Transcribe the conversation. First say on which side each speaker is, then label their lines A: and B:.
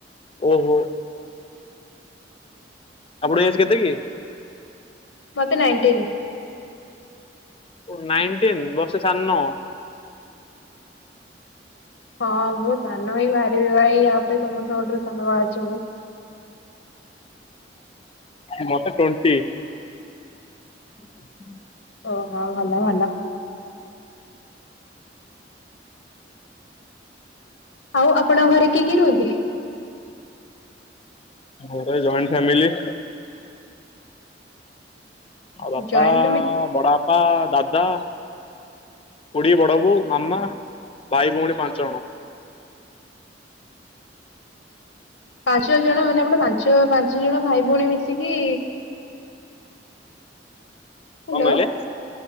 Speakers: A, on the left (about 30°); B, on the left (about 85°).
A: ଓହୋ। ଆପଣ ଏଜ୍ କେତେ କି?
B: ମୋତେ ନାଇଣ୍ଟିନ୍।
A: ଓଃ ନାଇନଟିନ୍ ବର୍ଷେ ସାନ।
B: ହଁ ମୁଁ ସାନ ହିଁ ବାହାରିବି ଭାଇ। ୟାପରେ ସମସ୍ତଙ୍କଠାରୁ ସାନ ବାହାରୁଚି ମୁଁ।
A: ମୋତେ ଟ୍ୱଣ୍ଟି। <inaudible>
B: ଓ ହଁ ଭଲ ଭଲ୍। ଆଉ ଆପଣଙ୍କ ଘରେ କିଏ କିଏ ରୁହନ୍ତି?
A: ଘରେ ଜଏଣ୍ଟ ଫ୍ୟାମିଲି। ଆ ବାପା
B: ଜଏଣ୍ଟ ଫ୍ୟାମିଲି
A: ବଡ଼ାବାପା ଦାଦା ଖୁଡି ବଡ ବୋଉ ମାମା ଭାଇ ଭଉଣୀ ପାଞ୍ଚ ଜଣ।
B: ପାଞ୍ଚ ଜଣ ମାନେ ଆପଣ ପାଞ୍ଚ ପାଞ୍ଚ ଜଣ ଭାଇ ଭଉଣୀ ମିଶିକି ହ୍ୟାଲୋ
A: କଣ କହିଲେ?